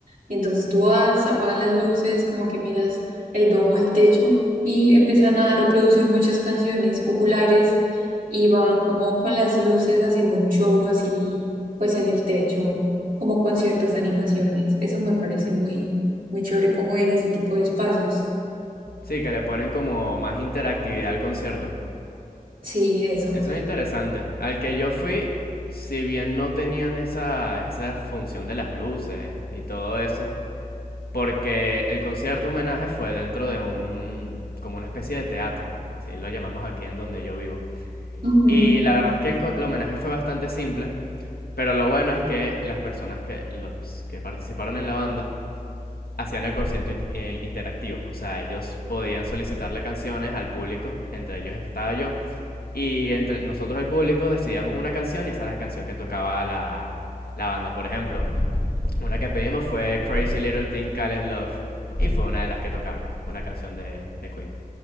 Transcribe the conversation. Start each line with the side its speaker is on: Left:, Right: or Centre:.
Right: entonces tú vas, apagan las luces, como que miras el domo, el techo, y empiezan a reproducir muchas canciones populares y van como con las luces haciendo un show así, pues en el techo, como con ciertas animaciones. Eso me parece muy, muy chévere, como ir a ese tipo de espacios.
Left: Sí, que le ponen como más interactividad al concierto.
Right: Sí, eso.
Left: Eso es interesante. Al que yo fui, si bien no tenían esa, esa función de las luces y todo eso, porque el concierto homenaje fue dentro de un, como una especie de teatro, así lo llamamos aquí en donde yo vivo.
Right: Ujú.
Left: Y la verdad es que el, el homenaje fue bastante simple, pero lo bueno es que las personas que, los que participaron en la banda hacían el concierto in- eh, interactivo, o sea, ellos podían solicitarle canciones al público, entre ellos estaba yo, y entre nosotros el público decidíamos una canción y esa era la canción que tocaba la, la banda. Por ejemplo, una que pedimos fue Crazy Little Thing Called Love, y fue una de las que tocaron, que es una canción de, de Queen.